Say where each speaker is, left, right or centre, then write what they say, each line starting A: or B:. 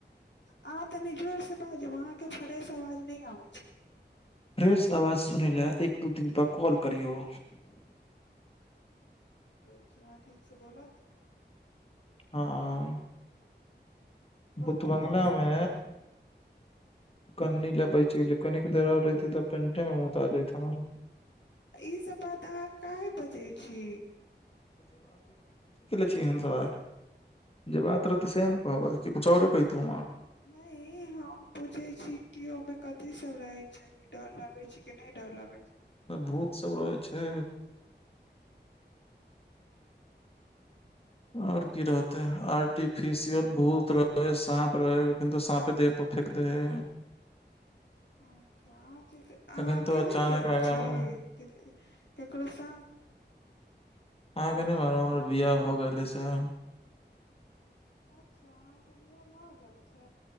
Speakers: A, on the left; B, on the left.
A: आहाँ तनि जोर से बाजब आहाँके फ्रेश आवाज नहि आबै छै
B: फ्रेस आवाज सुनै ले एक दू तीन बार कॉल करियौ
A: की‌‌ आहाँ ठीक से बोलऽ
B: हँ
A: बोलियौ
B: भुत बंगला
A: ने की सब
B: मे
A: भेलै
B: कन्नी ले बैच गेलि कनिक देर और रहिते तऽ पेंटे मे मूता जायत हमर
A: ई सभ बात अहाँ काहे बजै छी
B: छी एहन सवाल जे बात रहतै सेह‌ ने कहबै की कुछो औरे कहि दू हम आहाँ के
A: नहि हम पूछै छी कि ओहिमे कथी सब रहै छै डर लगै छै कि नहि डर लागे
B: भूत सब रहै छै आओर
A: असली
B: की रहतेै
A: बहुत सब रहै
B: आर्टिफिशियल
A: छै
B: भूत रहै से कहाँ पर रहै कखैनतो साँपे देह पर फेेक दे है
A: अच्छा अहाँ क अहाँ
B: एखन
A: अकेले
B: तो अचानक
A: गेल
B: आगा
A: छी
B: मे
A: केकरो साथ
B: अहाँके नहि मालूम हमर बिआह भऽ गेल एय से
A: अच्छा आहाँ के बिआह भ गेल छै